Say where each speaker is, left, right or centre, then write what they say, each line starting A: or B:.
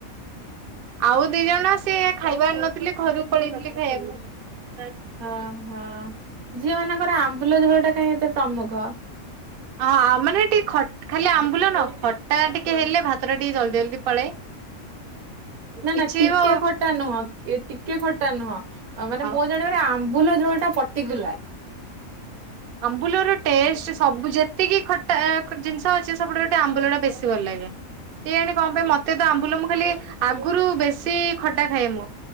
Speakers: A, on the right (about 65°); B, on the right (about 80°).
A: ଆଉ ଦି ଜଣ ସିଏ ଖାଇବାର ନଥିଲେ ଘରୁକୁ ପଳେଇଥିଲେ ଖାଇବାକୁ
B: ଓହୋ ଝିଅ ମାନଙ୍କର ଆମ୍ବୁଲ ଝୋଳ ଟା କାହିଁ ଏତେ ପ୍ରମୁଖ
A: ହଁ ମାନେ ଟିକେ ଖାଲି ଆମ୍ବୁଲ ନ ଖଟା ଟିକେ ହେଲେ ଭାତ ଟା ଟିକେ ଜଲଦି ଜଲଦି ପଳାଏ
B: ନା
A: କିଛି
B: ନା ଟିକେ
A: ବି
B: ଖଟା ନୁହଁ କିଏ ଖଟା ନୁହଁ ଅ ମାନେ
A: ଆଉ
B: ମୋ ଜାଣିବାରେ ଆମ୍ବୁଲ ଝୋଳ ଟା ପର୍ଟିକୁଲାର।
A: ଆମ୍ବୁଲର ଟେଷ୍ଟ ସବୁ ଯେତିକି ଖଟା ଜିନିଷ ଅଛି ସବୁଠାରୁ ଆମ୍ବୁଲଟା ବେଶୀ ଭଲ ଲାଗେ କେଜାଣି କଣ ପାଇଁ ମୋତେ ତ ଆମ୍ବୁଲ ମୁଁ ଖାଲି ଆଗରୁ ବେଶୀ ଖଟା ଖାଏ ମୁଁ।